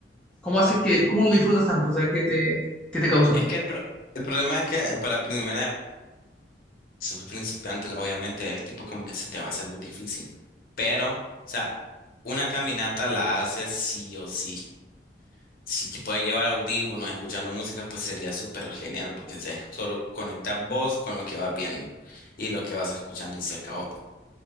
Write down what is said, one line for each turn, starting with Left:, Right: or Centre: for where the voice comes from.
Centre: cómo haces que, cómo lo disfrutas tanto? O sea, ¿qué te, qué te causa?
Left: Es que el, pro- el problema es que para primera vez, sos principiante, la- obviamente es tipo como que se te va a hacer muy difícil. Pero, o sea, una caminata la haces sí o sí. Si te puedes llevar audífonos escuchando música, pues sería súper genial porque es solo conectar vos con lo que vas viendo y lo que vas escuchando y se acabó.